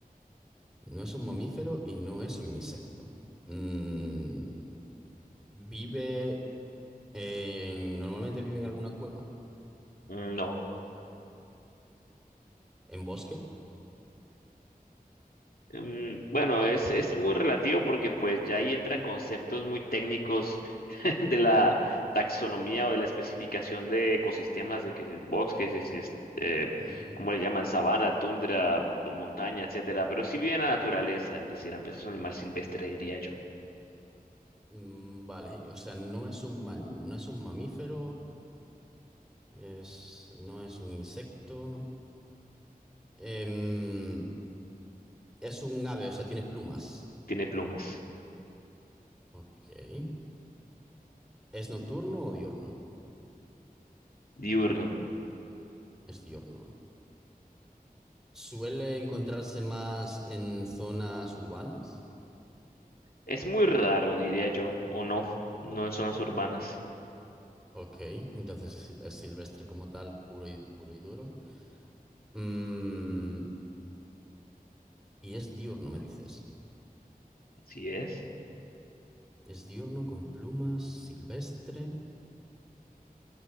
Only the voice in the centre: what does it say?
No es un mamífero y no es un insecto. Mm, vive en... Normalmente vive en alguna cueva.
¿En bosque?
Ujú.
Mm, vale. O sea, no es un ma- no es un mamífero. Es... No es un insecto. Em, es un ave, o sea, tiene plumas.
Ok. ¿Es nocturno o diurno?
Es diurno. Suele encontrarse más en zonas urbanas.
Ok, entonces es, sil- es silvestre como tal, puro y, puro y duro. Mm, y es diurno, me dices.
Es diurno con plumas, silvestre.